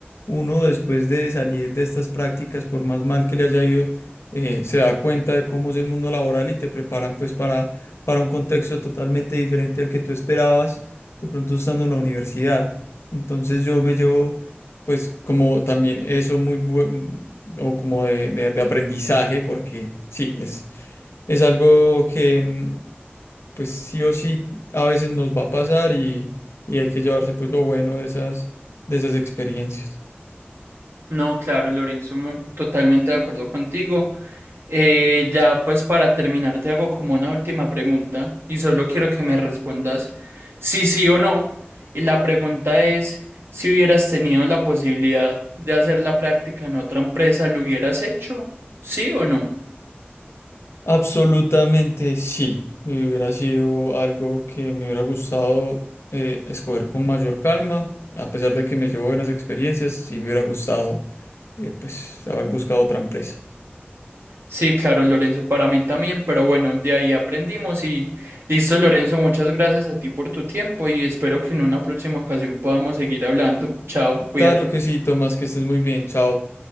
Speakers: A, on the left (about 85°); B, on the right (about 70°).
A: Uno después de salir de estas prácticas, por más mal que le haya ido, eh, se da cuenta de cómo es el mundo laboral y te preparan pues para, para un contexto totalmente diferente al que tú esperabas de pronto estando en la universidad. Entonces yo me llevo pues como también eso muy bueno o como de, de de aprendizaje porque sí, es... Es algo que, mm, pues sí o sí, a veces nos va a pasar y, y hay que llevarse pues lo bueno de esas, de esas experiencias.
B: no, claro, Lorenzo, mu- totalmente de acuerdo contigo. Eh, ya pues para terminar te hago como una última pregunta y solo quiero que me respondas si sí o no. Y la pregunta es, si hubieras tenido la posibilidad de hacer la práctica en otra empresa, ¿lo hubieras hecho? ¿Sí o no?
A: Absolutamente sí. Y Hubiera sido algo que me hubiera gustado eh, escoger con mayor calma, a pesar de que me llevo buenas experiencias, sí me hubiera gustado eh, pues haber buscado otra empresa.
B: Sí, claro, Lorenzo, para mí también, pero bueno, de ahí aprendimos y listo, Lorenzo, muchas gracias a ti por tu tiempo y espero que en una próxima ocasión podamos seguir hablando. Chao, cuídate.
A: Claro que sí, Tomás, que estés muy bien. Chao.